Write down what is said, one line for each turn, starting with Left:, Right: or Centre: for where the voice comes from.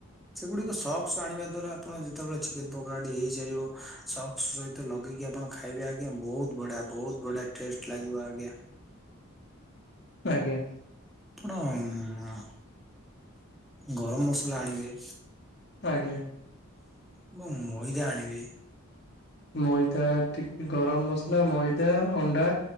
Centre: ସେଗୁଡିକ ସକ୍ସ ଆଣିବା ଦ୍ଵାରା ଆପଣ ଯେତେବେଳେ ଚିକେନ ପକୋଡାଟି ହେଇସାରିବ ସକ କ୍ସ ସହିତ ଲଗେଇକି ଆପଣ ଖାଇବେ ଆଜ୍ଞା ବହୁତ ବଢିଆ ବହୁତ ବଢିଆ ଟେଷ୍ଟ ଲାଗିବ ଆଜ୍ଞା।
Left: ଆଜ୍ଞା।
Centre: ଆପଣ ଗରମ ମସଲା ଆଣିବେ
Left: ଆଜ୍ଞା।
Centre: ଏବଂ ମଇଦା ଆଣିବେ
Left: ମଇଦା ଟିକେ ଗରମ ମସଲା, ମଇଦା, ଅଣ୍ଡା